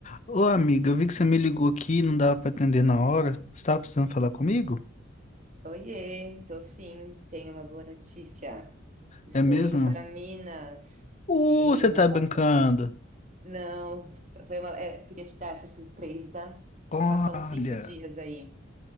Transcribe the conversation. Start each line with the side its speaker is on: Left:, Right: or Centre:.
Left: Ô amiga, eu vi que você me ligou aqui, e não dava pra atender na hora. Você tava precisando falar comigo?
Right: Oiê, tô sim, tenho uma boa notícia. Estou
Left: É mesmo?
Right: indo para Minas.
Left: Uh,
Right: Sim,
Left: você
Right: eu
Left: tá
Right: vou
Left: brincando.
Right: passar. Não, foi uma... é, queria te dar essa surpresa.
Left: Olha,
Right: Vou passar uns cinco dias aí.